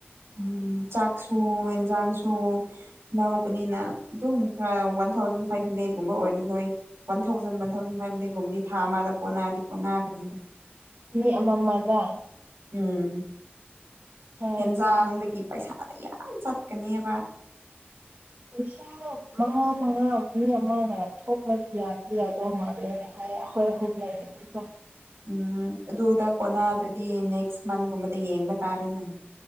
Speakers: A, on the right; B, on the right.
A: ꯎꯝ ꯆꯥꯛꯁꯨ ꯏꯟꯖꯥꯡꯁꯨꯨ ꯂꯧꯕꯅꯤꯅ ꯑꯗꯨꯝ ꯈꯔ ꯋꯥꯟ ꯊꯥꯎꯖꯟ ꯐꯥꯏꯚ ꯍꯟꯗ꯭ꯔꯦꯠꯀꯨꯝꯕ ꯑꯣꯏꯔꯗꯤ ꯅꯣꯏ one thousand one thousand five ꯍꯟꯗ꯭ꯔꯦꯠꯀꯨꯝꯕꯗꯤ ꯊꯥ ꯑꯃꯗ ꯀꯣꯟꯅꯗꯤ ꯀꯣꯟꯅꯒꯅꯤꯗ
B: ꯃꯤ ꯑꯃ ꯃꯥꯗ
A: ꯎꯝ
B: ꯍꯣꯏ
A: ꯍꯦꯟꯖꯥꯡꯗꯒꯤ ꯄꯩꯁꯥꯗꯒꯤ ꯌꯥꯝ ꯆꯠꯀꯅꯤꯕ
B: <unintelligible> ꯃꯉꯥ ꯃꯉꯥ ꯃꯤ ꯑꯃꯅ ꯊꯣꯛꯈ꯭ꯔꯗꯤ ꯌꯥꯗꯤ ꯌꯥꯗꯧ ꯃꯥꯜꯂꯦ ꯍꯥꯏꯌꯦ ꯑꯩꯈꯣꯏ ꯑꯍꯨꯝ ꯂꯩꯔꯤ <unintelligible>
A: ꯎꯝ ꯑꯗꯨꯗ ꯀꯣꯟꯅꯥꯗꯗꯤ ꯅꯦꯛꯁ ꯃꯟꯒꯨꯝꯕꯗ ꯌꯦꯡꯕ ꯇꯥꯔꯦꯅ